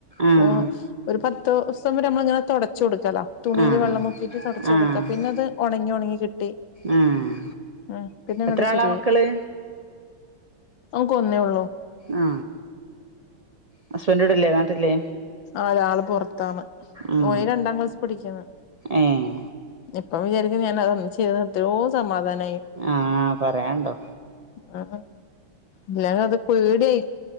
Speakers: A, on the right; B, on the left.
A: ആഹ്
B: ഓ ഒരു പ ത്തൂസം വരെ നമ്മളിങ്ങനെ തൊട ച്ചു കൊടുക്കലാ തുണയിൽ
A: ആഹ്
B: വെള്ളം മുക്കിട്ട് തൊടച്ച്
A: ആഹ്
B: കൊടുക്ക പിന്നെ അത് ഉണങ്ങി ഉണങ്ങി കി
A: ആഹ്
B: ഉം പിന്നെങ്ങട്ട്
A: എത്ര ആളാ
B: ശരിയായി
A: മക്കള്
B: കൊന്നേ ഉള്ളൂ
A: ആ ഹസ്ബൻ്റ് ല്ലേ നാട്ടില്
B: ആ ഒരാള് പൊറത്താണ്
A: ഉം
B: ഓന് രണ്ടാം ക്ലാസ് പടിക്കാണ്
A: ഏഹ്
B: ഇപ്പ വിചാരി <unintelligible> ചെയ്ത എത്രയോ സമാധാനേനി
A: ആഹ് പറയാണ്ടോ
B: ആ ഇല്ല അത് പേട്യായി